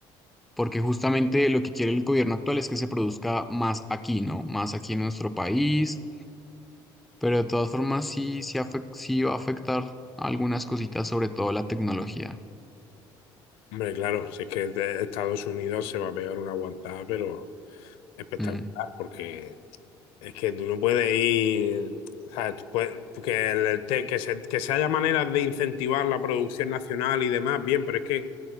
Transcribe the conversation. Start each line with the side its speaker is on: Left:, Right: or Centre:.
Centre: porque justamente lo que quiere el gobierno actual es que se produzca más aquí, ¿no? Más aquí en nuestro país Pero de todas formas sí, sí, afec- sí va a afectar algunas cositas, sobre todo la tecnología.
Left: hombre, claro, si es que de Estados Unidos se va a pegar una aguantada, pero espectacular,
Centre: Mm,
Left: porque es que tú no puedes ir, ¿sabes? Tú puedes- que, el- el te- que, se, que se haya maneras de incentivar la producción nacional y demás, bien, pero es que,